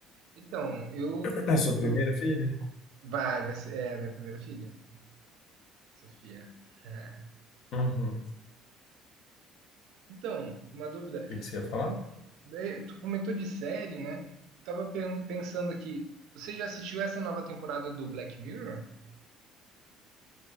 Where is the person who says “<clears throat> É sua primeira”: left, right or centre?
Left